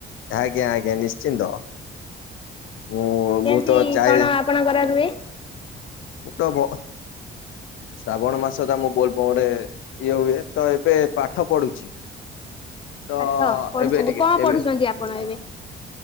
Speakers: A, on the left; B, on the left.
A: ଆଜ୍ଞା ଆଜ୍ଞା ନିଶ୍ଚିନ୍ତ, ମୁଁ
B: କେମିତି
A: ମୁଁ ତ ଚାଏ।
B: କଣ ଆପଣଙ୍କର ରୁଏ?
A: ମୁ ତ ବ ଶ୍ରାବଣ ମାସ ତ ମୁଁ ବୋଲବମରେ ଇଏ ହୁଏ ତ ଏବେ ପାଠ ପଢୁଛି। ତ
B: ପାଠ ପଢୁଛନ୍ତି
A: ଏବେ ଟିକେ
B: କଣ
A: ଏବେ
B: ପଢୁଛନ୍ତି ଆପଣ ଏବେ?